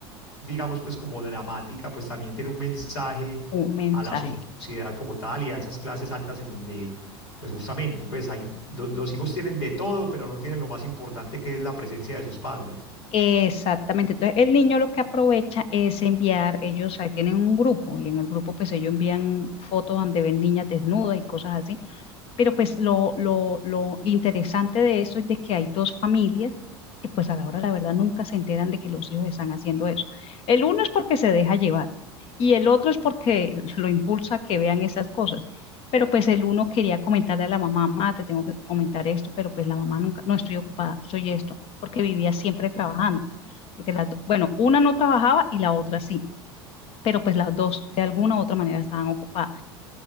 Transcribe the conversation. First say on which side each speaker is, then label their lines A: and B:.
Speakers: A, on the left (about 80°); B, on the left (about 45°).
A: digamos, pues como dramática, pues también tiene un mensaje
B: un mensaje.
A: a la so- sociedad como tal y a esas clases altas en donde, pues justamente, pues hay, lo- los hijos tienen de todo, pero no tienen lo más importante que es la presencia de sus padres.
B: Exactamente. Entonces, el niño lo que aprovecha es enviar, ellos ahí tienen un grupo y en el grupo pues ellos envían fotos donde ven niñas desnudas y cosas así. Pero pues lo, lo, lo interesante de eso es de que hay dos familias que pues a la hora de la verdad nunca se enteran de que los hijos están haciendo eso. El uno es porque se deja llevar y el otro es porque lo impulsa a que vean esas cosas. Pero pues el uno quería comentarle a la mamá, mamá, te tengo que comentar esto, pero pues la mamá nunca, no estoy ocupada, soy esto, porque vivía siempre trabajando. Porque las, do- bueno, una no trabajaba y la otra sí, pero pues las dos de alguna u otra manera estaban ocupadas.